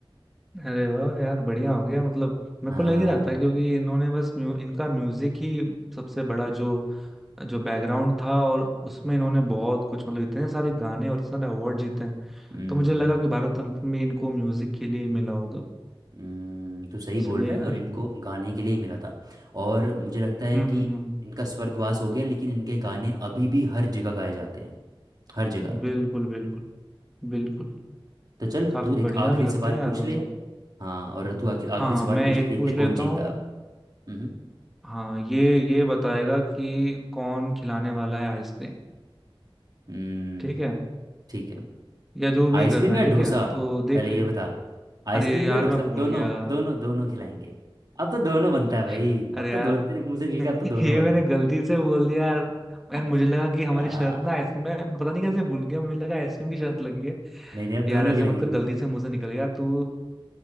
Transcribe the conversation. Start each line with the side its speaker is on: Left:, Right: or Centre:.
Centre: अरे वाह यार बढ़िया हो गया मतलब मेरे
Right: हाँ
Centre: को लग ही रहा था क्योंकि इन्होंने बस म्यू, इनका म्यूजिक ही सबसे बड़ा जो जो बैकग्राउंड था और उसमें इन्होंने बहुत कुछ मतलब इतने सारे गाने और इतने सारे अवार्ड जीते हैं
Right: हम्म
Centre: तो मुझे लगा कि भारत रत्न में इनको म्यूजिक के लिए ही मिला होगा
Right: हम्म, तू सही बोल
Centre: सही
Right: रहा
Centre: है यार
Right: है और इनको गाने के लिए ही मिला था और मुझे लगता है
Centre: हम्म
Right: कि
Centre: हम्म हम्म
Right: इनका स्वर्गवास हो गया लेकिन इनके गाने अभी भी हर जगह गाए जाते हैं हर जगह
Centre: बिल्कुल बिल्कुल बिल्कुल
Right: तो चल
Centre: काफी
Right: तू एक
Centre: बढ़िया
Right: आखिरी
Centre: भी लगते
Right: सवाल
Centre: हैं यार
Right: पूछ
Centre: मतलब
Right: ले हाँ और तू आखिरी आखिरी
Centre: हाँ हाँ,
Right: सवाल
Centre: मैं
Right: पूछ
Centre: एक
Right: ले देखते
Centre: पूछ
Right: हैं कौन
Centre: लेता
Right: जीता
Centre: हूँ
Right: हम्म
Centre: हाँ ये ये बताएगा कि कौन खिलाने वाला है आइसक्रीम
Right: हम्म,
Centre: ठीक है
Right: ठीक है
Centre: या जो भी
Right: आइसक्रीम
Centre: करना
Right: या
Centre: है ठीक
Right: डोसा
Centre: है तो देख
Right: पहले
Centre: ले
Right: ये बता आइसक्रीम
Centre: अरे यार
Right: या डोसा
Centre: मैं भूल
Right: भी दोनों
Centre: गया
Right: दोनों दोनों खिलाएंगे अब तो दोनों
Centre: <laughs>
Right: बनता है भाई अब
Centre: अरे यार
Right: तो दोनों तेरे मुंह से निकल
Centre: <laughs>
Right: के अब तो दोनों
Centre: ये
Right: बनता
Centre: मैंने गलती से बोल दिया यार यार
Right: है।
Centre: मुझे लगा कि हमारी
Right: <laughs> आ,
Centre: शर्त ना आइसक्रीम में मैं पता नहीं कैसे भूल गया मुझे लगा आइसक्रीम की शर्त लगी है
Right: नहीं नहीं अब दोनों
Centre: यार ऐसे
Right: की लगेगी
Centre: मत कर गलती से मुंह से निकल गया तू